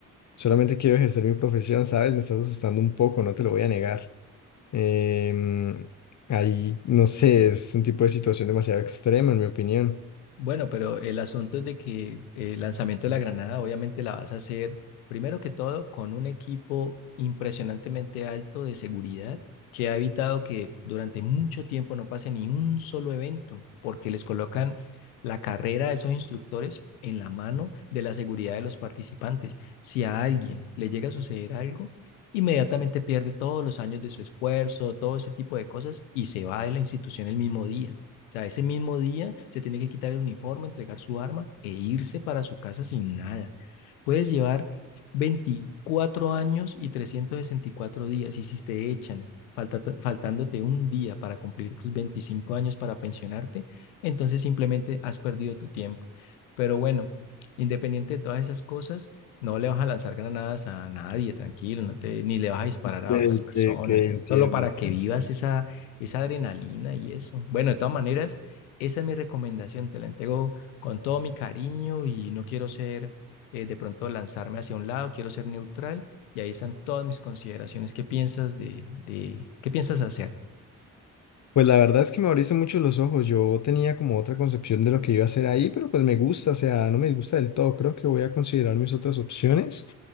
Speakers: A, on the left (about 45°); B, on the left (about 90°).
A: solamente quiero ejercer mi profesión, ¿sabes? Me estás asustando un poco, no te lo voy a negar. Em, ahí, no sé, es un tipo de situación demasiado extrema, en mi opinión.
B: Bueno, pero el asunto es de que el lanzamiento de la granada obviamente la vas a hacer primero que todo con un equipo impresionantemente alto de seguridad que ha evitado que durante mucho tiempo no pase ni un solo evento, porque les colocan la carrera a esos instructores en la mano de la seguridad de los participantes. Si a alguien le llega a suceder algo, inmediatamente pierde todos los años de su esfuerzo, todo ese tipo de cosas y se va de la institución el mismo día. O sea, ese mismo día se tiene que quitar el uniforme, entregar su arma e irse para su casa sin nada. Puedes llevar 24 años y 364 días y si te echan falta- faltándote un día para cumplir tus 25 años para pensionarte, entonces simplemente has perdido tu tiempo. Pero bueno, independiente de todas esas cosas, no le vas a lanzar granadas a nadie, tranquilo, no te, ni le vas a disparar a
A: de-
B: otras personas,
A: de que
B: es
A: entiendo,
B: solo para
A: entiendo.
B: que vivas esa esa adrenalina y eso. Bueno, de todas maneras, esa es mi recomendación, te la entrego con todo mi cariño y no quiero ser, eh, de pronto lanzarme hacia un lado, quiero ser neutral y ahí están todas mis consideraciones. ¿Qué piensas de, de, qué piensas hacer?
A: Pues la verdad es que me abriste mucho los ojos. Yo tenía como otra concepción de lo que iba a hacer ahí, pero pues me gusta, o sea, no me disgusta del todo. Creo que voy a considerar mis otras opciones